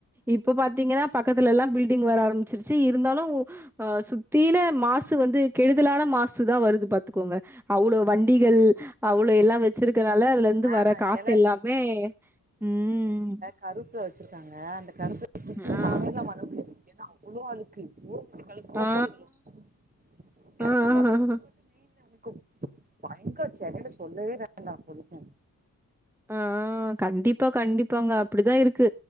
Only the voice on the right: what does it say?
ஆ
எல
கரூப்புல வச்சிருக்காங்க அந்த <inaudible>
ஏன்னா அவ்ளோ அழுக்கு ஊற வச்சு கழு சோப்
போடு கழுவுனு <inaudible>
மெயின்னு உனக்கு பயங்கர <unintelligible> சொல்லவே வேண்டா <unintelligible>